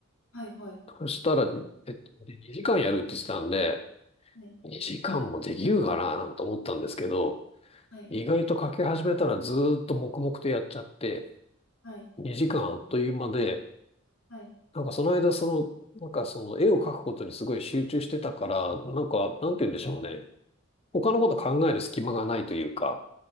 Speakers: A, on the left; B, on the left.
A: はい、はい、
B: そしたら、えっと、2時間やるって言ってたんで、
A: はい、
B: 2時間もできるかななんて思ったんですけど、
A: はい、
B: 意外と書き始めたらずーっと黙々とやっちゃって、
A: はい、
B: 2時間あっという間で、
A: はい。
B: なんかその間、その、なんかその絵を描くことにすごい集中してたから、なんか、なんて言うんでしょうね。他のこと考える隙間がないというか、